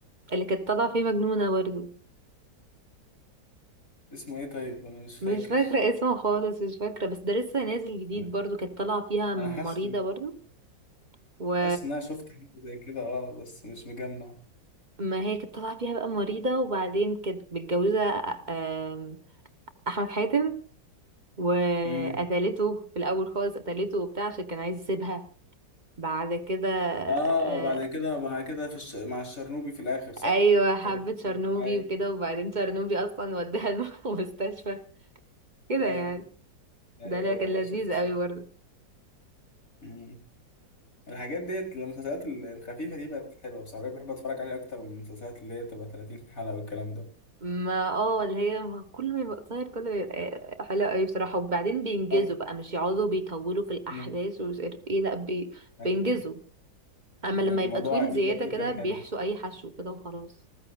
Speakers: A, on the right; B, on the left.
A: اللي كانت طالعه فيه مجنونه برضو
B: اسمه ايه طيب انا مش فاكر
A: مش فاكره اسمه خالص مش فاكره بس ده لسه نازل جديد
B: انا
A: برضو كانت طالعه فيها مريضه
B: أنا حاسس
A: برضو و
B: حاسس ان انا شفت حاجة زي كده اه بس مش مجمع
A: ما هي كانت طالعة فيها بقى مريضة وبعدين كانت متجوزة آه، آم، أحمد حاتم وقتلته
B: امم
A: في الأول خالص قتلته وبتاع عشان كان عايز يسيبها بعد كده آه،
B: اه بعد كده بعد كده في الش... مع الشرنوبي في الاخر صح
A: أيوة حبت
B: كان الشرنوبي-
A: شرنوبي
B: ايوه
A: وكده وبعدين شرنوبي أصلا وداها الم- <laughs> المستشفى كده
B: ايوه
A: يعني
B: ايوه
A: ده اللي
B: ايوه
A: كان
B: ايوه
A: لذيذ
B: شفت شفت
A: قوي برضه
B: مم. الحاجات ديت المسلسلات ال- الخفيفة دي بقت حلوة بصراحة بقيت بحب اتفرج عليها اكتر من المسلسلات اللي هي بتبقى 30 حلقة والكلام ده
A: ما اه اللي هي ما كل ما يبقى قصير كل ما يبقى حلو قوي بصراحة وبعدين بينجزوا
B: طب.
A: بقى مش يقعدوا بيطولوا في الأحداث
B: مم.
A: ومش عارف ايه لأ بي...
B: ايوه
A: بينجزوا اما
B: يعني
A: لما يبقى
B: موضوع
A: طويل
B: عائلي
A: زيادة
B: برضه
A: كده
B: كان حلو
A: بيحشو اي حشو كده وخلاص